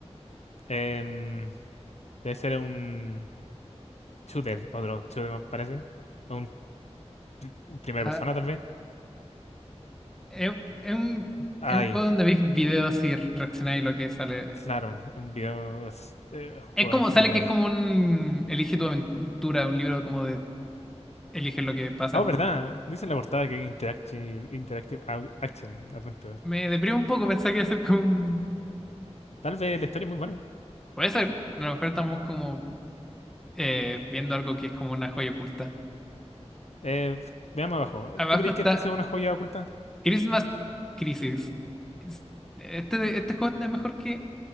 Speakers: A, on the left; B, in the centre.
A: Em, debe ser un... shooter, otro shooter me parece. O Un, pri- un primera
B: Ah,
A: persona tal vez.
B: es, es un,
A: Ay,
B: es un juego donde veis videos y reaccionáis a lo que sale.
A: claro, un video s- eh, juego
B: Es como,
A: FMV.
B: sale que es como un Elige tu aventura, un libro como de eligen lo que pasan.
A: Ah, oh, verdad, dice en la portada que Interactive, Interactive Au- Action Adventure.
B: Me deprime un poco pensar que iba a ser como un...
A: Tal vez la historia es muy buena.
B: Puede ser, a lo mejor estamos como eh, viendo algo que es como una joya oculta.
A: Eh, veamos abajo.
B: Abajo
A: ¿Tú crees
B: está
A: que esto sea una joya oculta?
B: Christmas Crisis. Es- Este, este juego es mejor que...